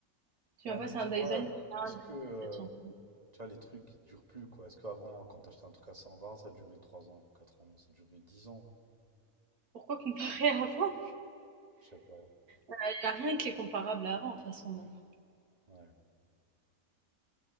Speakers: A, on the right (about 85°); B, on the right (about 25°).
A: Tu
B: Ouais,
A: vois,
B: mais
A: c'est
B: tu
A: un Dyson.
B: vois, est-ce
A: un Dyson,
B: que. euh,
A: ça tient plus.
B: Tu vois, les trucs qui durent plus, quoi. Est-ce qu'avant, quand t'achetais un truc à 120, ça durait 3 ans, 4 ans, ça durait dix ans?
A: Pourquoi comparer à avant?
B: Je sais pas.
A: Il n'y a rien qui est comparable à avant, de toute façon, maintenant.
B: Ouais.